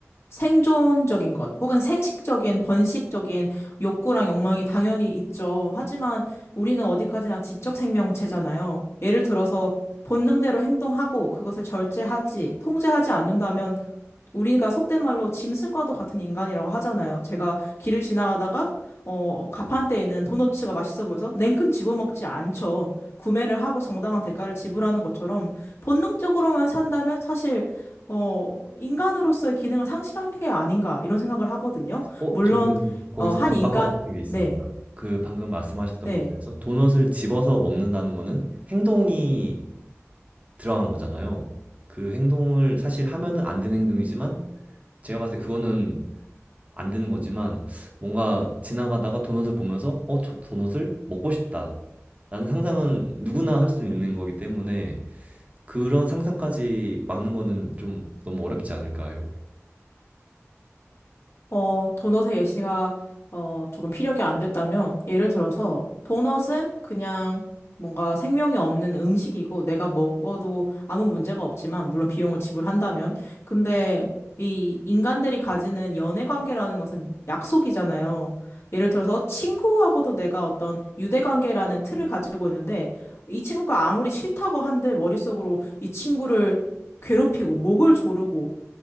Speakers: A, on the left; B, on the right.
A: 생존적인 것, 혹은 생식적인, 번식적인 욕구랑 욕망이 당연히 있죠. 하지만 우리는 어디까지나 지적 생명체잖아요. 예를 들어서 본능대로 행동하고 그것을 절제하지, 통제하지 않는다면 우리가 속된 말로 짐승과도 같은 인간이라고 하잖아요. 제가 길을 지나가다가 어, 가판대에 있는 도너츠가 맛있어 보여서 냉큼 집어먹지 않죠. 구매를 하고 정당한 대가를 지불하는 것처럼 본능적으로만 산다면 사실 어, 인간으로서의 기능을 상실한 게 아닌가, 이런 생각을 하거든요.
B: 어,
A: 물론,
B: 저는 거기서
A: 어, 한
B: 반박하고
A: 인간,
B: 싶은 게 있습니다.
A: 네,
B: 그 방금 말씀하셨던
A: 네.
B: 것 중에서 도넛을 집어서 먹는다는 거는 행동이 들어간 거잖아요. 그 행동을 사실 하면은 안 되는 행동이지만 제가 봤을 때 그거는 안 되는 거지만 뭔가 지나가다가 도넛을 보면서 어, 저 도넛을 먹고 싶다. 라는 상상은 누구나 할 수 있는 거기 때문에 그런 상상까지 막는 거는 좀 너무 어렵지 않을까요?
A: 어, 도넛의 예시가, 어, 조금 피력이 안 됐다면, 예를 들어서, 도넛은 그냥 뭔가 생명이 없는 음식이고, 내가 먹어도 아무 문제가 없지만, 물론 비용을 지불한다면. 근데, 이 인간들이 가지는 연애 관계라는 것은 약속이잖아요. 예를 들어서, 친구하고도 내가 어떤 유대 관계라는 틀을 가지고 있는데, 이 친구가 아무리 싫다고 한들, 머릿속으로 이 친구를 괴롭히고, 목을 조르고,